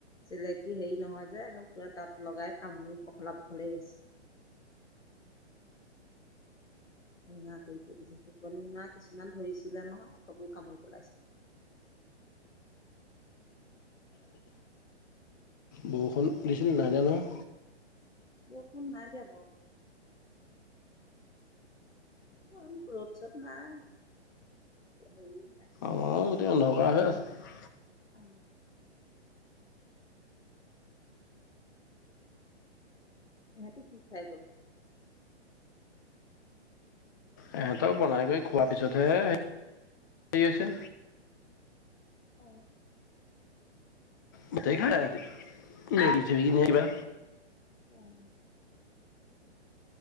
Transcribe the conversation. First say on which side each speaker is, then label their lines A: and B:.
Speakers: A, on the left; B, on the left.
A: চেলেকি হেৰি নহয় যে পুৰা দাঁত লগাই কামুৰি পখলা বখলেই কৰিছে ৰঙা কৰি কৰি দিছে শুকনি মা কিছুমান ধৰিছিলে নহয় সেইবোৰ কামুৰি পেলাইছে
B: বৰষুণ দিছিল নাইদিয়া নহয়
A: বৰষুণ নাই দিয়া অ ৰ'দ চত নাই হেৰি নাই
B: অন্ধকাৰ হৈ আছে
A: আ ইহেতি কি খায় গ'ল।
B: ইহঁতক বনাই গৈ খোৱাৰ পিছতহে হে হৈছে
A: উ
B: ভাতেই খায় সিহঁতি মেগীছেবি নে কিবা
A: উম